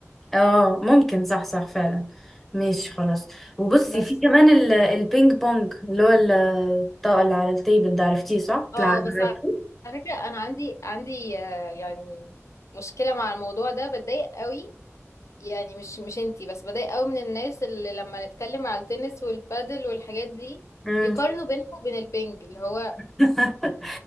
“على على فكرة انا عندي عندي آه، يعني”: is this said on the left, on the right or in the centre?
Left